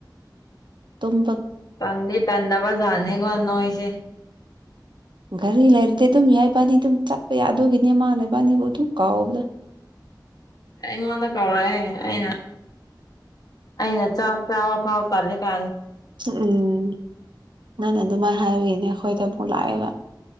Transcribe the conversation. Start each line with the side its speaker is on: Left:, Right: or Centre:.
Right: ꯇꯨꯝ
Left: ꯇꯥꯟꯗꯒꯤ ꯇꯥꯟꯗ ꯄ ꯦ ꯀꯅꯣꯁꯦ
Right: ꯒꯥꯔꯤ ꯂꯩꯔꯗꯤ ꯑꯗꯨꯝ ꯌꯥꯏꯕꯥꯅꯤ ꯑꯗꯨꯝ ꯆꯠꯄ ꯌꯥꯏ ꯑꯗꯨꯒꯤꯅꯦꯃꯅ ꯏꯕꯥꯅꯤꯕꯨ ꯑꯗꯨꯝ ꯀꯥꯎꯕ꯭ꯔ
Left: <unintelligible> ꯑꯩꯉꯣꯟꯗ ꯀꯧꯔꯛꯑꯦ ꯑꯩꯅ ꯑꯩꯅ ꯆꯥꯛ ꯆꯥꯕ ꯐꯥꯎ ꯀꯦ ꯀ
Right: ꯎꯝ ꯎꯝ ꯅꯪꯅ ꯑꯗꯨꯃꯥꯏꯅ ꯍꯥꯏꯔꯨꯏꯅꯦ ꯑꯩꯈꯣꯏꯗ ꯑꯃꯨꯛ ꯂꯥꯛꯑꯦꯕ